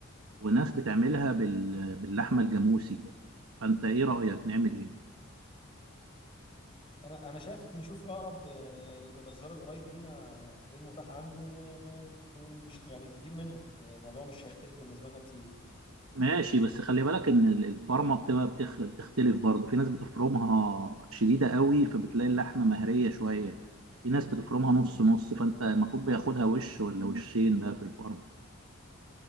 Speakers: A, on the right (about 80°); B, on the left (about 25°).
A: وناس بتعملها بال... باللحمة الجاموسي فأنت إيه رأيك نعمل إيه؟
B: انا انا شايف نشوف اقرب يعني الجزار القريب لينا ايه المتاح عنده ون... ون... يعني نجيب منه الموضوع مش هيختلف بالنسبه لنا كتير
A: ماشي بس خلي بالك إن ال- الفرمة بتبقى بتخ... بتختلف برضه في ناس بتفرمها شديدة قوي فبتلاقي اللحمة مهرية شوية في ناس بتفرمها نص نص فأنت المفروض بياخدها وش ولا وشين بقى في الفرن